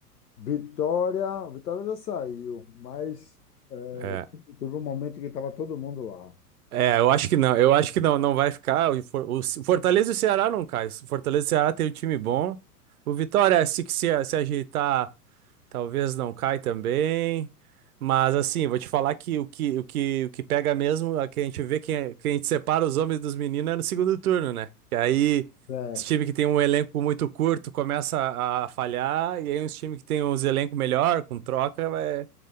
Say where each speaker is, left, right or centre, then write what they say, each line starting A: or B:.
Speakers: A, on the left (about 80°); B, on the right (about 65°).
A: Vitória, Vitória já saiu, mas é,
B: É,
A: teve um momento que estava todo mundo lá.
B: é, eu acho que não, eu acho que não, não vai ficar. O, For- o Ce- Fortaleza e o Ceará não cai. O Fortaleza e o Ceará tem um time bom. O Vitória, se, que se, se ajeitar, talvez não cai também. Mas assim, vou te falar que o que, o que, o que pega mesmo, a que a gente vê, quem, é- quem a gente separa os homens dos meninos é no segundo turno, né? Que aí,
A: É,
B: os times que tem um elenco muito curto começa a, a falhar, e aí os times que tem uns elencos melhor, com troca, vai.